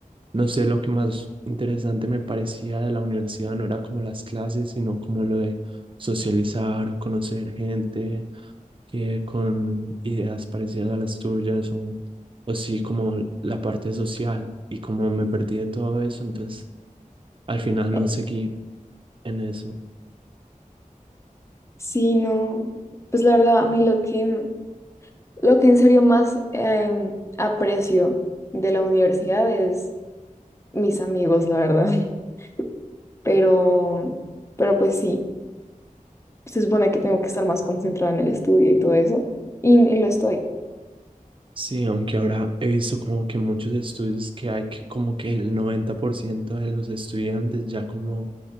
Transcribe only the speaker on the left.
Eh,
Sí, no, pues la verdad, a mí lo que, lo que en serio más em, aprecio de la universidad es mis amigos, la verdad. <laughs> Pero, pero pues sí, se supone que tengo que estar más concentrada en el estudio y todo eso, y, y lo estoy.